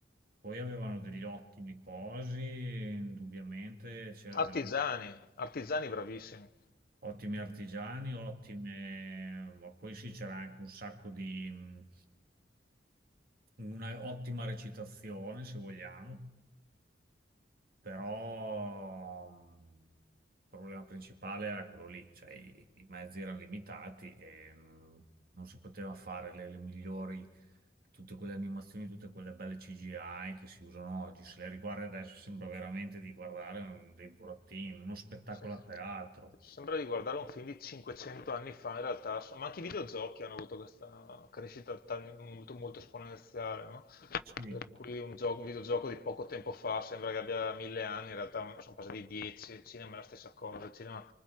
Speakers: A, on the right (about 55°); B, on the left (about 55°).
A: poi avevano degli ottimi cosi, indubbiamente c'era del
B: Artigiani, artigiani bravissimi.
A: ottimi artigiani, ottime, ma poi sì, c'era anche un sacco di, mh, una ottima recitazione, se vogliamo, però mh, il problema principale era quello lì, cioè i, i mezzi erano limitati e mh, non si poteva fare le, le migliori, tutte quelle animazioni, tutte quelle belle CGI che si usano oggi, se le riguardi adesso sembra veramente di guardare mm, dei burattini, uno spettacolo
B: Sì.
A: a teatro.
B: Sembra di guardare un film di 500 anni fa, in realtà, so- ma anche i videogiochi hanno avuto questa crescita tal- molto, molto esponenziale, no?
A: Sì.
B: Per cui un gioco- un videogioco di poco tempo fa sembra che abbia mille anni, in realtà sono passati dieci, il cinema è la stessa cosa, il cinema